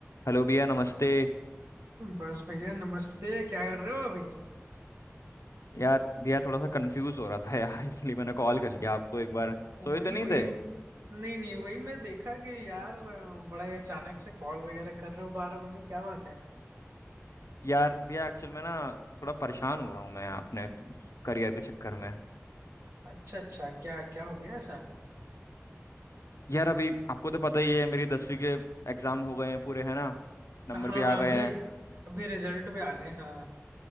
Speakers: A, on the left; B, on the right.
A: Hello भैया नमस्ते
B: बस भैया नमस्ते क्या कर रहे हो अभी
A: यार भैया थोड़ा सा कंफ्यूज हो रहा था यार <laughs> इसलिए मैंने कॉल कर लिया आपको एक बार
B: वही
A: सोए तो नहीं
B: वही
A: थे
B: नहीं नहीं वही मैं देखा कि यार बड़ा ही अचानक से कॉल वगैरह कर रहे हो बारह बजे क्या बात है
A: यार भैया एक्चुअल में ना थोड़ा परेशान हो रहा हूँ मैं अपने करियर के चक्कर में
B: अच्छा अच्छा क्या क्या हो गया ऐसा
A: यार अभी आपको तो पता ही है मेरी दसवीं के एग्जाम हो गए हैं पूरे है ना नंबर
B: हाँ
A: भी आ
B: हाँ
A: गए
B: अभी
A: हैं
B: अभी रिजल्ट भी आ गए हाँ